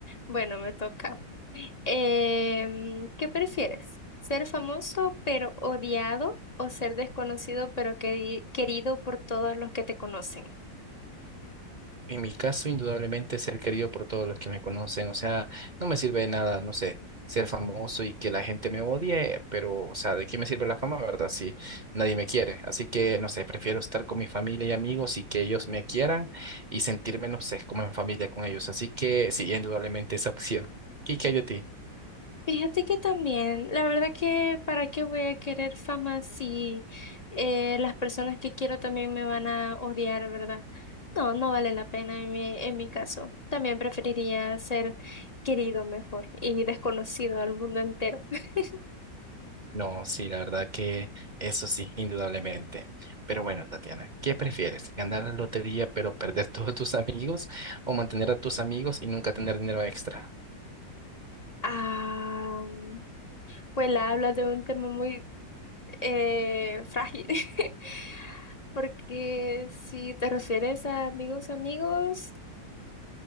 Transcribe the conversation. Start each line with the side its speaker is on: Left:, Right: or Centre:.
Left: Bueno, me toca. Em, ¿qué prefieres? ¿Ser famoso pero odiado o ser desconocido pero queri- querido por todos los que te conocen?
Right: En mi caso, indudablemente, ser querido por todos los que me conocen, o sea, no me sirve de nada, no sé, ser famoso y que la gente me odie, pero, o sea, ¿de qué me sirve la fama, verdad? Si nadie me quiere. Así que, no sé, prefiero estar con mi familia y amigos y que ellos me quieran y sentirme, no sé, como en familia con ellos. Así que, sí, indudablemente esa opción. ¿Y qué hay de ti?
Left: Fíjate que también, la verdad que para qué voy a querer fama si eh, las personas que quiero también me van a odiar, ¿verdad? No, no vale la pena en mi, en mi caso. También preferiría ser querido mejor y desconocido al mundo entero. <laughs>
Right: No, sí, la verdad que eso sí, indudablemente. Pero bueno, Tatiana, ¿qué prefieres? ¿Ganar la lotería pero perder <laughs> todos tus amigos o mantener a tus amigos y nunca tener dinero extra?
Left: Ah, pues la hablas de un tema muy eh, frágil, <laughs> porque si te refieres a amigos, amigos,